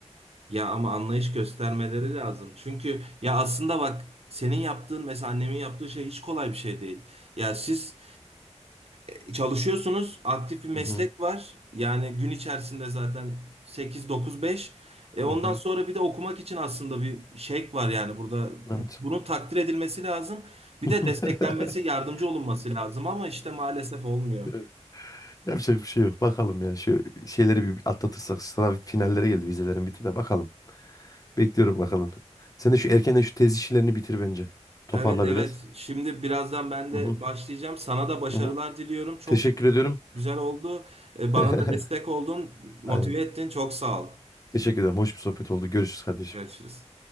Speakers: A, on the right; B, on the left.
A: Ya ama anlayış göstermeleri lazım. Çünkü ya aslında bak senin yaptığın mesela annemin yaptığı şey hiç kolay bir şey değil. Ya siz e, çalışıyorsunuz, aktif bir meslek
B: Hı hı.
A: var. Yani gün içerisinde zaten sekiz dokuz beş. E ondan
B: Hı hı.
A: sonra bir de okumak için aslında bir şevk var yani burada.
B: Evet.
A: Bunun takdir edilmesi lazım. Bir
B: <laughs>
A: de desteklenmesi, yardımcı olunması lazım ama işte maalesef olmuyor.
B: Evet. Yapacak bir şey yok. Bakalım ya şu şeyleri bir atlatırsak sınav finallere geldi vizelerin bitti de bakalım. Bekliyorum bakalım. Sen de şu erkenden şu tez işlerini bitir bence. Toparla
A: Evet evet.
B: biraz.
A: Şimdi birazdan ben de
B: Hı hı.
A: başlayacağım. Sana da başarılar
B: Hı hı.
A: diliyorum. Çok
B: Teşekkür ediyorum.
A: güzel oldu. E,
B: <laughs>
A: Bana da destek oldun, motive
B: Aynen.
A: ettin. Çok sağ ol.
B: Teşekkür ederim. Hoş bir sohbet oldu. Görüşürüz kardeşim.
A: Görüşürüz.